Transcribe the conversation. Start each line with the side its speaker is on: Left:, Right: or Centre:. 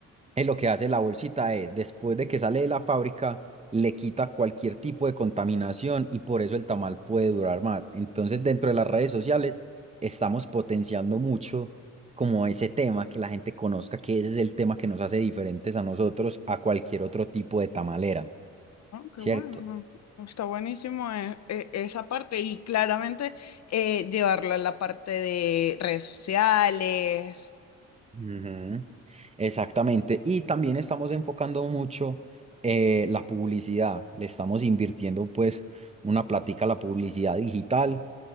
Right: eh, lo que hace la bolsita es, después de que sale de la fábrica, le quita cualquier tipo de contaminación y por eso el tamal puede durar más. Entonces, dentro de las redes sociales, estamos potenciando mucho como ese tema, que la gente conozca que ese es el tema que nos hace diferentes a nosotros, a cualquier otro tipo de tamalera,
Left: Ah, qué
Right: ¿cierto?
Left: bueno, está buenísimo eh, eh, esa parte y claramente eh, llevarlo a la parte de redes sociales.
Right: Ujú. Exactamente. Y también estamos enfocando mucho eh, la publicidad. Le estamos invirtiendo pues una plática a la publicidad digital